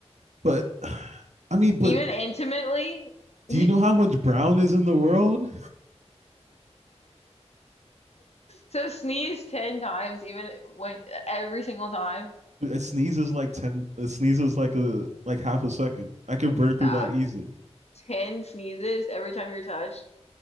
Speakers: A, on the right (about 80°); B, on the left (about 65°).
A: But <sighs> I mean, but
B: even intimately.
A: do
B: <laughs>
A: you know how much brown is in the world?
B: So sneeze 10 times, even when every single time.
A: It sneezes like ten. It sneezes like a like half a second. I can burn through
B: Nah,
A: that easy.
B: 10 sneezes every time you're touched.